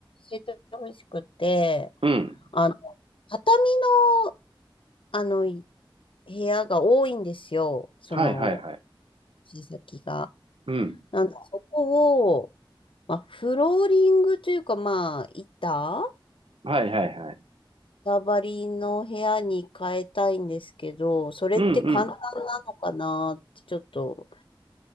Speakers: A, on the left; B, on the right.
A: 教えてほしくて、
B: うん。
A: あの、畳の、あの、い部屋が多いんですよ。その、
B: はいはいはい。
A: 先が。
B: うん。
A: なんで、そこまあ、フローリングというか、まあ、板
B: はいはいはい。
A: ババリの部屋に変えたいんですけど、それって簡単なのかなって、
B: うん
A: ちょっと、